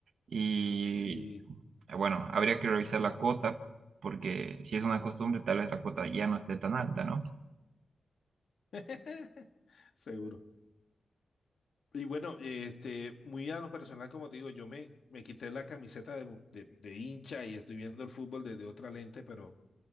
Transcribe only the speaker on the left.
sí.
<laughs> Seguro. Y bueno, este, muy a lo personal, como te digo, yo me, me quité la camiseta de, mu- de, de hincha y estoy viendo el fútbol desde otra lente, pero